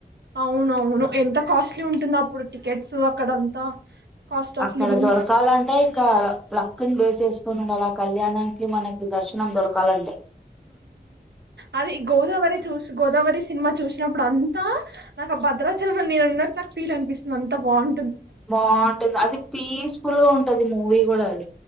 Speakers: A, on the right; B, in the centre.
A: అవునవును ఎంత కాస్ట్లీ ఉంటుందో అప్పుడు టికెట్స్ అక్కడంతా కాస్ట్ ఆఫ్
B: అక్కడ
A: లివింగ్
B: దొరకాలంటే ఇంకా లక్కు ని బేస్ చేసుకోని నుండాల ఆ కళ్యాణం కి మనకి దర్శనం దొరకాలంటే
A: అది గోదావరి చూసి గోదావరి సినిమా చూసినప్పుడు అం త నకు ఆ భద్రాచలం లో నేనున్నట్టు నాకు ఫీల్ అనిపిస్తుంది. అంత బాగుం
B: బాగుంటుంది అది పీస్ఫుల్ గా ఉంటది మూవీ కూడా అది